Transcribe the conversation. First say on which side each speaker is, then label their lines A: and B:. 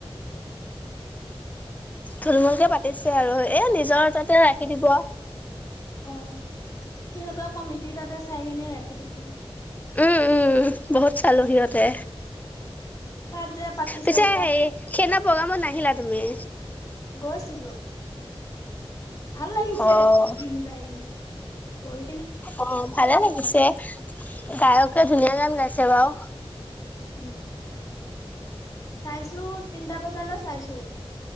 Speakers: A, on the left; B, on the left.
A: থুলমূলকে পাতিছে আৰু, এ নিজৰ তাতে ৰাখি দিব।
B: অ' সিহঁতৰ কমিটি তাতে চাই কেনে ৰাখি দিব।
A: উম উম বহুত চালো সিহঁতে।
B: তাত যে পাতিছে
A: পিছে
B: তাত
A: হেৰি, সেনা প্ৰগামত নাহিলা তুমি?
B: গৈছিলোঁ। ভাল লাগিছে
A: অ
B: যাই কেনে। বই
A: অ' ভালে লাগিছে। গায়কে ধুনীয়া গান গাইছে বাৰু।
B: উম। চাইছো, তিনটা বজালৈ চাইছো।